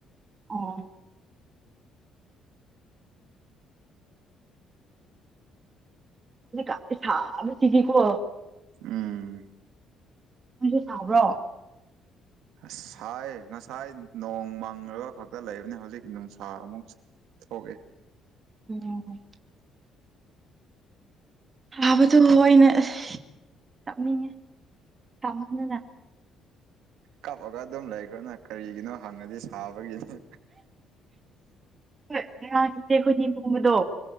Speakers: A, on the right (about 25°); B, on the right (about 80°).
A: ꯑꯣ ꯍꯧꯖꯤꯛꯒꯥꯟꯗꯤ ꯁꯥꯕꯁꯤꯗꯤꯒꯣ
B: ꯎꯝ
A: ꯅꯣꯏꯁꯨ ꯁꯥꯕ꯭ꯔꯣ
B: ꯑꯁ ꯁꯥꯢ ꯉꯁꯥꯏ ꯅꯣꯡ ꯃꯥꯡ ꯃꯪꯉ ꯈꯛꯇ ꯂꯩꯕꯅꯤ ꯍꯧꯖꯤꯛꯇꯤ ꯅꯨꯡꯁꯥ ꯑꯃꯨꯛ ꯊꯣꯛꯑꯦ
A: ꯅꯤꯑꯣꯝ ꯊꯥꯕꯗꯣ ꯑꯩꯅ ꯑꯁ ꯀꯞꯅꯤꯡꯉꯦ ꯁꯥꯃꯟꯗꯅ
B: ꯀꯞꯕꯒ ꯗꯨꯝ ꯂꯩ ꯔꯅ ꯀꯔꯤꯒꯤꯅꯣ ꯍꯪꯉꯗꯤ ꯁꯥꯕꯒꯤꯅꯤ
A: ꯍꯣꯏ ꯉꯔꯥꯡ ꯏꯆꯦ ꯑꯩꯈꯣꯏꯅꯤ ꯇꯨꯝꯕꯗꯣ